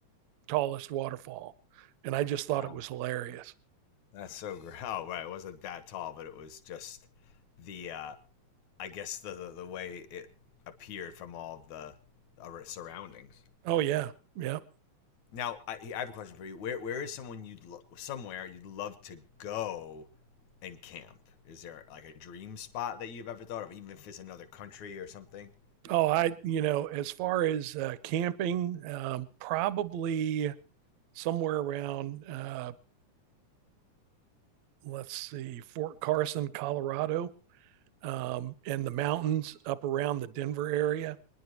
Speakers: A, on the right; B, on the left.
A: tallest waterfall. And I just thought
B: wow.
A: it was hilarious.
B: That's so great. Oh, right. It wasn't that tall, but it was just the uh, I guess the, the the way it appeared from all of the uh, surroundings.
A: Oh, yeah. Yeah.
B: Now, I, I have a question for you. Where where is someone you'd lo- somewhere you'd love to go and camp? Is there like a dream spot that you've ever thought of, even if it's another country or something?
A: Oh, I, you know, as far as uh, camping, um, probably somewhere around uh, let's see, Fort Carson, Colorado, um, and the mountains up around the Denver area.